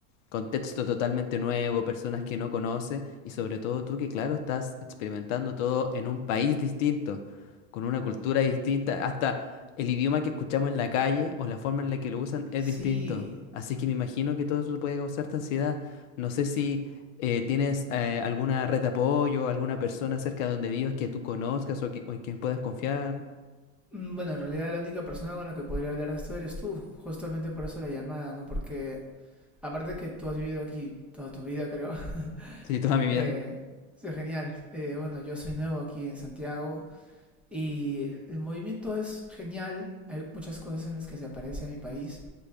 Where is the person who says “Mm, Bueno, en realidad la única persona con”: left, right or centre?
Centre